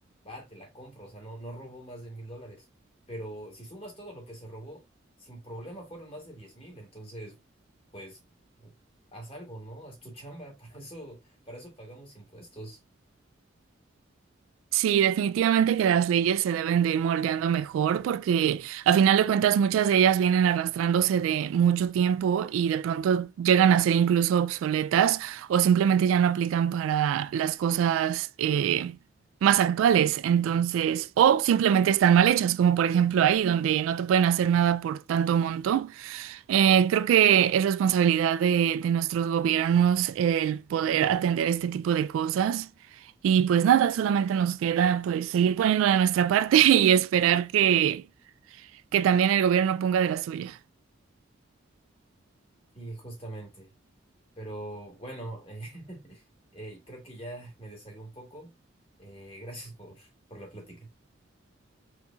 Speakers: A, on the left; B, on the right.
A: va, te la compro, o sea, no, no robó más de mil dólares, pero si sumas todo lo que se robó, sin problema fueron más de diez mil, entonces, pues, haz algo, ¿no? Haz tu chamba, <laughs> para eso, para eso pagamos impuestos.
B: Sí, definitivamente que las leyes se deben de ir moldeando mejor porque a final de cuentas muchas de ellas vienen arrastrándose de mucho tiempo y de pronto llegan a ser incluso obsoletas o simplemente ya no aplican para las cosas eh, más actuales. Entonces, o simplemente están mal hechas, como por ejemplo ahí donde no te pueden hacer nada por tanto monto. Eh, creo que es responsabilidad de, de nuestros gobiernos el poder atender este tipo de cosas. Y pues nada, solamente nos queda pues seguir poniendo de nuestra parte <laughs> y esperar que, que también el gobierno ponga de la suya.
A: Y justamente. Pero bueno, <laughs> eh, eh, creo que ya me deshagué un poco. Eh, gracias por, por la plática.